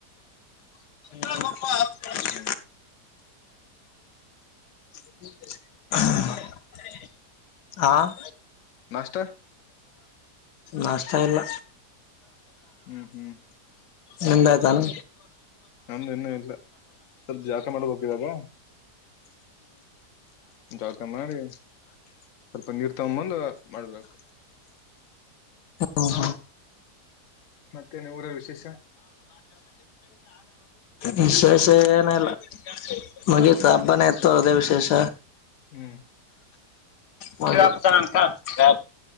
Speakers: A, on the left; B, on the left.
A: <unintelligible>
B: ಹ್ಮು
A: <unintelligible>
B: ನಾ
A: ಆ
B: ನಾಷ್ಟಾ
A: ನಾಷ್ಟಾ ಇಲ್ಲ.
B: ಹ್ಮ್ ಹ್ಮ್
A: ನಿಂದ ಆಯ್ತನು.
B: ನಮ್ದು ಇನ್ನೂ ಇಲ್ಲ ಸ್ವಲ್ಪ ಜಳಕ ಮಾಡ್ಬೇಕು ಇವಾಗ ಜಳಕ ಮಾಡಿ ಸ್ವಲ್ಪ ನೀರ್ ತಗೋಬಂದು ಮಾಡ್ಬೇಕ್
A: ಹಾ ಹಾ.
B: ಮತ್ತೇನೆ ಊರಲ್ಲಿ ವಿಶೇಷ.
A: ವಿಶೇಷ ಏನಿಲ್ಲ. ಮುಗಿತು
B: ಹ್ಮ್
A: ಹಬ್ಬನೆ ಇತ್ತು ಅದೇ ವಿಶೇಷ.
B: ಹ್ಮು
A: ಹೋಗಿ <unintelligible>